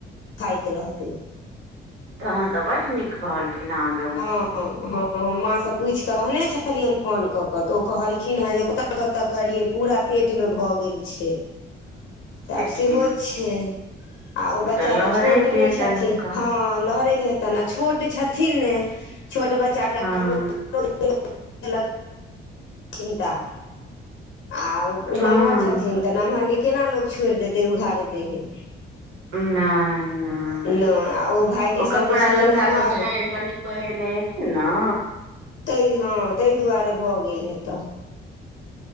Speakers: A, on the left; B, on the right.
A: खाइत रहतै <unintelligible>
B: तखैन त बड नीक कहलखिन हेँ
A: हँ हँ माँ से पूछि क अनै छलियनि फोन क क त ओ कहलखिन हेँ जे कि कत कत करियै पूरा पेट मे भ गेल छै
B: <inaudible>
A: त
B: देखियौ
A: आब सेहो छै आ ओ बच्चा
B: तऽ
A: त
B: लहरैत
A: छोट नहि
B: हेतनि
A: छथिन
B: हुनका
A: हँ लहरैत हेतै तेना छोट छथिन नै छोट बच्चाके
B: हँ
A: अहाँके चिन्ता आउ <unintelligible> ओ
B: हँ
A: नमहर छथिन त नमहर के केना लोको छोड़ि देतै उघारे देहे
B: नै नै
A: नहि आ भायजीसभ
B: ओ कपड़ा
A: जे छथिन
B: लत्ता
A: हमर
B: सब झाड़ि क न पहिरने हेथिन न
A: तै हँ तै दुआरे भ गेल हेतै